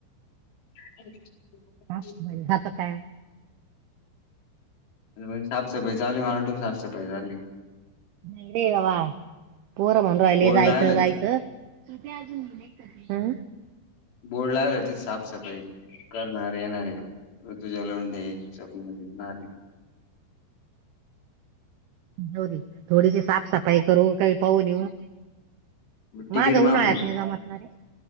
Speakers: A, on the left; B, on the right.
A: <unintelligible>
B: का? बरं, जातं काय
A: म्ह साफ सफाई झाचाली मला वाटून साफ सफाई झाली.
B: नाही रे बाबा पोहर म्हर अहिले
A: बोर्ड
B: जायच
A: लावलच
B: जायच. अजून.
A: बोर्ड लागला होती साफसफाई करणारे येणारे ऋतुच्या लोंडे. स्वप्न नाही.
B: होरी थोडीशी साफसफाई करू काही पाहू न येऊ.
A: तिकीट
B: माजऊन
A: महाग
B: आयात नि जमातणारे